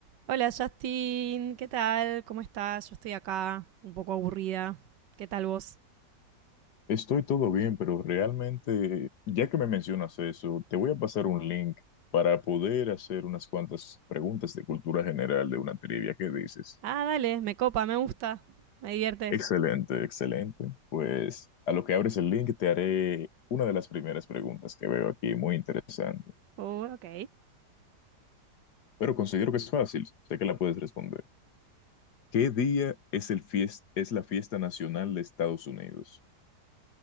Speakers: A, on the right (about 80°); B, on the left (about 70°).
A: Hola Justin, ¿qué tal? ¿Cómo estás? Yo estoy acá, un poco aburrida. ¿Qué tal vos?
B: Estoy todo bien, pero realmente, ya que me mencionas eso, te voy a pasar un link para poder hacer unas cuantas preguntas de cultura general de una trivia. ¿Qué dices?
A: Ah, dale, me copa, me gusta, me divierte.
B: Excelente, excelente. Pues a lo que abres el link te haré una de las primeras preguntas que veo aquí, muy interesante.
A: Uh, ok.
B: Pero considero que es fácil, sé que la puedes responder. ¿Qué día es el fies- es la fiesta nacional de Estados Unidos?